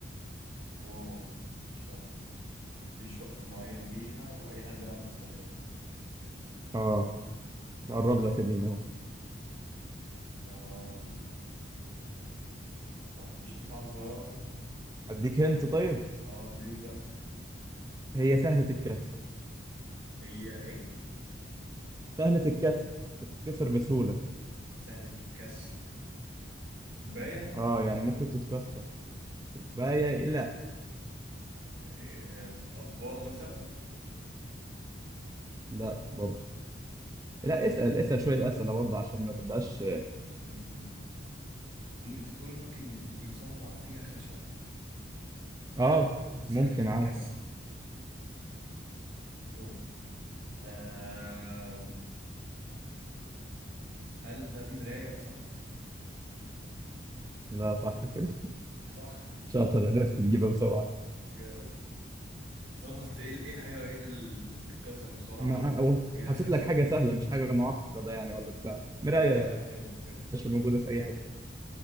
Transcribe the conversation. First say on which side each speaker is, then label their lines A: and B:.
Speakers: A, on the right; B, on the right.
A: أوه مش حد مفيش وقت معين ليها وأي حد يعرف يستخدمها
B: اه بقرب
A: بتفكر في
B: لك
A: إيه؟
B: قديم اهو
A: آم، طب مفيش مساعدة صغيرة كده
B: اديك هنت طيب
A: أه اديني زقة
B: هي سهله الكسر
A: هي إيه؟
B: سهله الكسر بتتكسر بسهوله
A: سهلة الكسر كوباية
B: اه يعني ممكن تتكسر كوبايه لا
A: إيه، أطباق مثلا
B: لا برضه لا اسال اسال شويه اسئله برضه عشان ما
A: أم،
B: تبقاش
A: أم، أم. م- أنت بتقول ممكن يصنع فيها خشب
B: اه
A: وسهلة
B: ممكن
A: الكسر
B: عادي
A: أوه آم، هل بتاع دي مراية مثلا؟
B: لا صح كده
A: صح؟
B: شاطر عرفت تجيبها بسرعه
A: جامد بس انا قلت ايه إيه الحاجه الوحيده اللي بتتكسر بسرعه
B: ما أو
A: فيها
B: حاطط
A: خشب
B: لك حاجة سهلة مش حاجة معقدة يعني ولا بتاع مراية
A: لا لا
B: يا
A: حلو حلو
B: باشا
A: حلو
B: موجودة في أي حتة